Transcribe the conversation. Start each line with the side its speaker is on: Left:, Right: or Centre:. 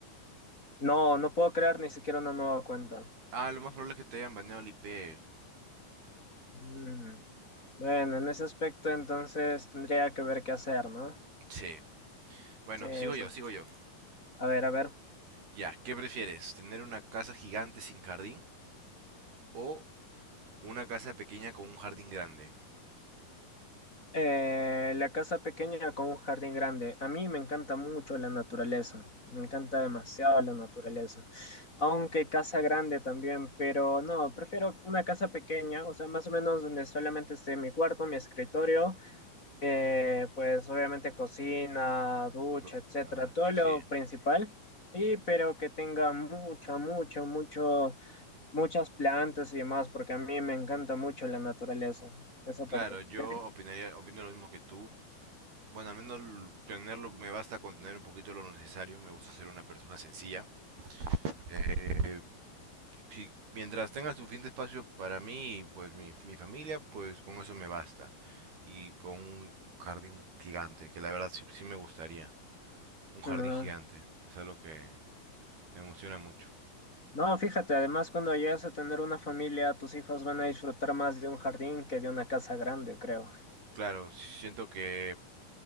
Left: No, no puedo crear ni siquiera una nueva cuenta.
Right: Ah, lo más probable es que te hayan baneado el IP.
Left: Mm. Bueno, en ese aspecto entonces tendría que ver qué hacer, ¿no?
Right: Sí. Bueno,
Left: Sí,
Right: sigo
Left: sí,
Right: yo, sigo
Left: sí.
Right: yo.
Left: A ver, a ver.
Right: Ya, ¿qué prefieres? ¿Tener una casa gigante sin jardín o una casa pequeña con un jardín grande?
Left: Eh, la casa pequeña con un jardín grande. A mí me encanta mucho la naturaleza. Me encanta demasiado la naturaleza. Aunque casa grande también, pero no, prefiero una casa pequeña, o sea, más o menos donde solamente esté mi cuarto, mi escritorio. eh, pues obviamente cocina, ducha,
Right: Pero,
Left: etcétera,
Right: ah,
Left: todo
Right: ch-
Left: lo
Right: sí.
Left: principal, y pero que tenga mucho, mucho, mucho, muchas plantas y demás, porque a mí me encanta mucho la naturaleza, esa
Right: Claro,
Left: parte.
Right: yo
Left: ¿Y a ti?
Right: opinaría, opino lo mismo que tú. Bueno, al menos l- tenerlo me basta con tener un poquito de lo necesario. Me gusta ser una persona sencilla. Eh, si, mientras tenga suficiente espacio para mí y pues mi, mi familia, pues con eso me basta. Y con un jardín gigante, que la verdad sí, sí me gustaría. Un jardín
Left: No.
Right: gigante. Es algo que me emociona mucho.
Left: No, fíjate, además cuando llegues a tener una familia, tus hijos van a disfrutar más de un jardín que de una casa grande, creo.
Right: Claro, siento que,